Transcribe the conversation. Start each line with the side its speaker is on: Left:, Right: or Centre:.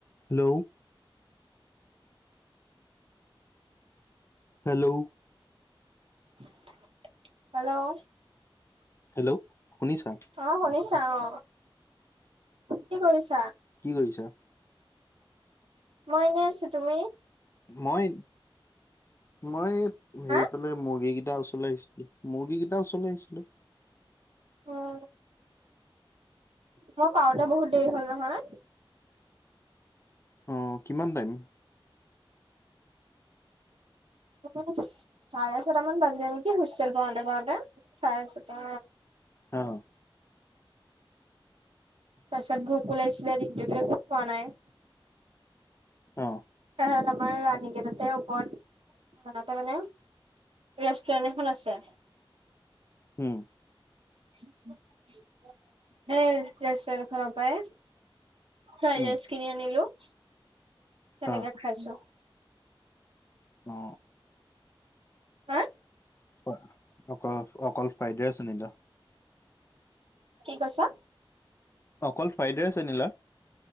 Left: Hello. Hello.
Right: Hello.
Left: Hello. শুনিছা
Right: অ শুনিছা অ কি কৰিছ।
Left: কি কৰিছ?
Right: মই এনেই আছো তুমি
Left: মই মই সেইফালে
Right: হা
Left: মুৰ্গী কেইটা কেইটা ও চলাই আহিছিলো মুৰ্গী কেইটা উচলে আহিছিলো।
Right: উম মই পাওঁতে বহুত দেৰি হ'ল নহয়।
Left: আহ কিমান টাইম
Right: উ চাৰে ছটা মান বাজিলে নেকি হোষ্টেল পাওঁতে পাওঁতে চাৰে ছটা।
Left: অ।
Right: তছত গকুল আহছিলল ণ্ড খু ফনাই ।
Left: অ
Right: ত আমাৰ ৰাণীকেততে ওপৰত সতে মানে। ৰেষ্টুৰেণ্ট এখন আছে।
Left: উম।
Right: সেই ৰেষ্টুট খনৰ পায়। ফ্ৰাইডেছ
Left: উম
Right: খিনি আনিলো তেনেকে
Left: অ
Right: খাইছো।
Left: অ
Right: হা।
Left: অ অকল অকল ফ্ৰাইডেচ আনিলা।
Right: কি কৈছা।
Left: অকল ফ্ৰাইডেছ আনিলা।